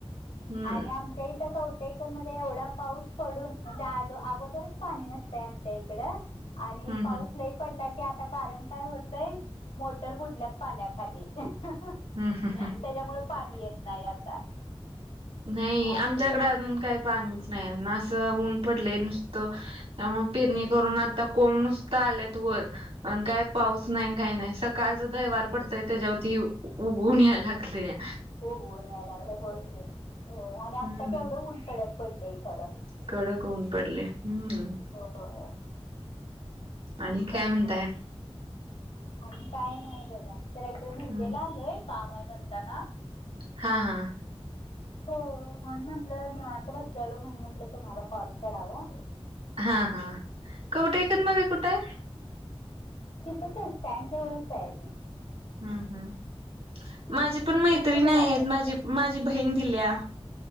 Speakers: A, on the right; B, on the left.
A: हम्म
B: आणि आ इथं कवटेकर मध्ये एवढा पाऊस पडून म्हणजे आदो अगोदरच पाणी नसतय आमच्या इकडं आणि
A: हम्म
B: पाऊस
A: हम्म.
B: लय पडला की आता कारण काय होतंय मोटर बुडल्यात पाण्याखाली. त्याच्यामुळे
A: हम्म हम्म
B: पाणी येत नाही आता.
A: नाही
B: असलं
A: आमच्याकडे
B: आहे
A: अजून काही पाणीच नाही ना असं ऊन पडलंय नुस तो यामुळे पिरणी
B: हम्म,
A: करून आता कोम नुसतं आल्यात वर आण काय पाऊस
B: हम्म.
A: नाही काही नाही सकाळचा दहीवार पडतय त्याच्यावरती उ ऊन या लागलेया.
B: हो ऊन याय लागल्या होय ते होय आणि आत्ता
A: हम्म
B: केवढं ऊन कडक पडलंय खरं.
A: कडक ऊन पडले हम्म
B: होय
A: आणि काय
B: <unintelligible>
A: म्हणताय
B: आणि काय नाही बघा तर इकडे
A: हम्म
B: मिर्जेला आलोय. काम आहे म्हणता ना
A: हा हा.
B: हो म्हणून म्हटलं निवांत बसलेलो म्हण म्हटलं तुम्हाला कॉल करावा.
A: हा हा
B: हम्म.
A: कौटे ऐकन मध्ये कुठं आहे?
B: ते कसं स्टँडचा व्यवस्था आहे.
A: हम्म हम्म
B: हम्म.
A: माझी पण मैत्रिणी
B: तुम्ही कुठं
A: आहेत
B: राहता
A: माझी माझी बहीण दिल्या.